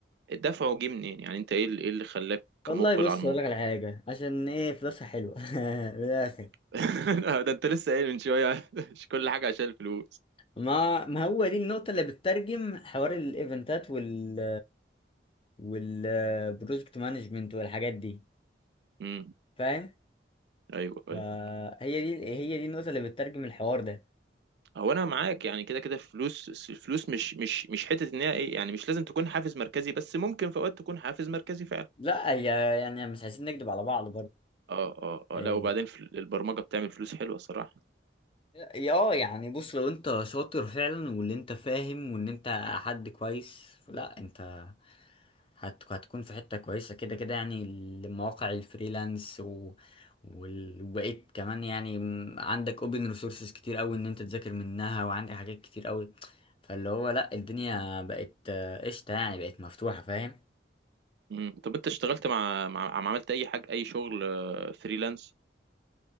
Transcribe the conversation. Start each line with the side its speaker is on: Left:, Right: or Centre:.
Right: دفعه جه منين يعني انت ايه اللي ايه اللي خلاك
Left: والله
Right: مقبل
Left: بص
Right: على الموضوع
Left: اقول لك على حاجه عشان ايه فلوسها حلوه <laughs> من الاخر
Right: <laughs> ده انت لسه قايل من شوية <laughs> مش كل حاجة عشان الفلوس
Left: ما ما هو دي النقطه اللي بتترجم حوار الايفنتات وال والبروجكت مانجمنت والحاجات دي
Right: امم
Left: فاهم
Right: ايوه أيوه.
Left: فهي دي هي دي النقطه اللي بتترجم الحوار ده
Right: هو انا معاك يعني كده كده فلوس الفلوس مش مش مش حته ان هي ايه يعني مش لازم تكون حافز مركزي بس ممكن في اوقات تكون حافز مركزي فعلا
Left: لا هي يعني مش عايزين نكذب على بعض
Right: اه اه اه
Left: برضو
Right: لا وبعدين في البرمجه بتعمل فلوس حلوه صراحه
Left: اه يعني بص لو انت شاطر فعلا واللي انت فاهم وان انت حد كويس لا انت هت- هتكون في حتة كويسة كده كده يعني المواقع الفريلانس و... وال- وبقيت كمان يعني م- عندك اوبن ريسورسز كتير قوي ان انت تذاكر منها وعندك حاجات كتير قوي فاللي هو لا الدنيا بقت آه، قشطة يعني بقت مفتوحة فاهم
Right: مم. طب انت اشتغلت مع, مع مع- عملت اي حاجه اي شغل آه، فريلانس